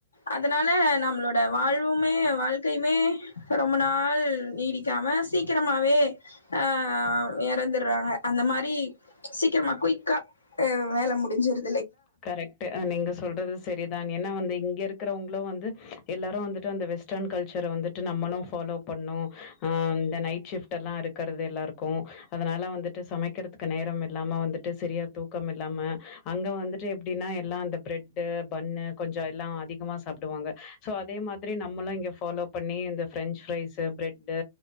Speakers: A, on the left; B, on the left.
A: அதனால நம்மளோட வாழ்வுமே வாழ்க்கையுமே ரொம்ப நாள் நீடிக்காம சீக்கிரமாவே ஆ எறந்துட்றாங்க அந்த மாரி சீக்ரமா குயிக்கா வேல முடிஞ்சிரு
B: கரெக்டு நீங்க சொல்றது சரிதான் ஏன்னா வந்து இங்க இருக்கறவங்களு வந்து எல்லாரு வந்துட்டு அந்த வெஸ் ஸ்டர்ன் கல்ச்சர வந்துட்டு நம்மளு ஃபாலோ பண்ணு ஆ இந்த நைட் ஷிப்ட்டெல்லா இருக்கிறது எல்லாருக்கு அதனால வந்துட்டு சமக்கிறதுக்கு நேரம் இல்லாம வந்துட்டு சரியா தூக்கம் இல்லாம அங்க வந்து ஃபஸ்டு எப்டினா எல்லா அந்த பிரட்டு ஃபன்னு கொஞ்சோ எல்லா அதிகமா சாப்டுவாங்க ஸோ அதே மாதிரி நம்மளு இங்க ஃபலோ பண்ணி இந்த ஃபிரன்ச்ஃபிரைஸு பிரெட் டு